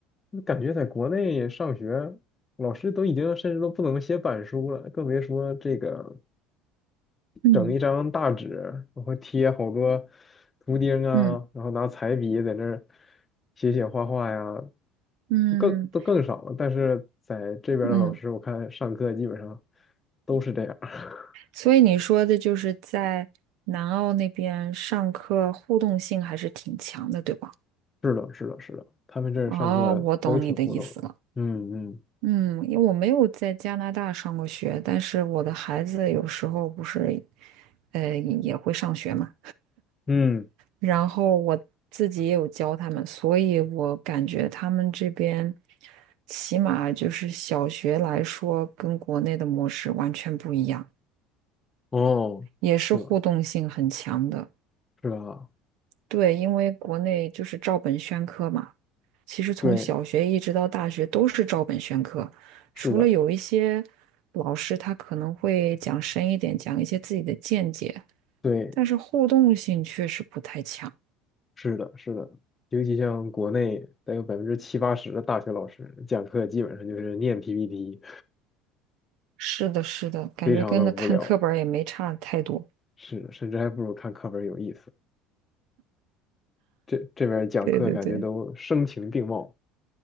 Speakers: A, on the left; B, on the right.
A: 感觉在国内上学，老师都已经甚至都不能写板书了，更别说这个
B: 嗯
A: 整一张大纸，然后贴好多图钉啊，
B: 嗯
A: 然后拿彩笔在那儿写写画画呀，
B: 嗯
A: 更都更少了。但是在这边儿的老师，
B: 嗯，
A: 我看上课基本上都是这样。<laughs>
B: 所以你说的就是在南澳那边上课互动性还是挺强的，对吧？
A: 是的，是的，是的，他们这儿上课都挺互动的。
B: 哦，我懂你的意思了。
A: 嗯嗯
B: 嗯，因为我没有在加拿大上过学，但是我的孩子有时候不是，呃，也会上学嘛。
A: 嗯，
B: 然后我自己也有教他们，所以我感觉他们这边起码就是小学来说，跟国内的模式完全不一样，
A: 哦，
B: 也是互动性很强的。
A: 是吧？是吧？
B: 对，因为国内就是照本宣科嘛，其实从小学一直到大学都是照本宣科，
A: 对，是的，
B: 除了有一些老师他可能会讲深一点，讲一些自己的见解，
A: 对，
B: 但是互动性确实不太强。
A: 是的，是的，尤其像国内得有百分之七八十的大学老师讲课基本上就是念 PPT，
B: 是的，是的，感觉跟那看课本儿也没差太多。
A: 非常的无聊。是的，甚至还不如看课本有意思。这这边讲课感觉都声情并茂，
B: 对对对，